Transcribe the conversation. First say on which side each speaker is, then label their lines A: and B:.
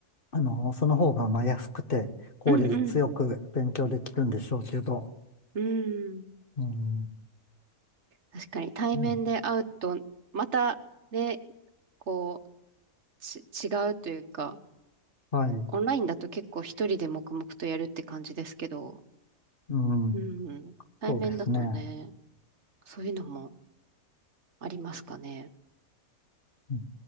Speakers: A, on the left; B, on the right.
A: あの、その方が、まあ、安くて、効率よく勉強できるんでしょうけど、
B: うん、うん。うん。
A: うん、
B: 確かに対面で会うと、
A: うん
B: またね、こう、ち、違うというか、
A: はい、
B: オンラインだと結構一人で黙々とやるって感じですけど、
A: うん、
B: うん、うん。対面だとね、
A: そうですね。
B: そういうのもありますかね。
A: うん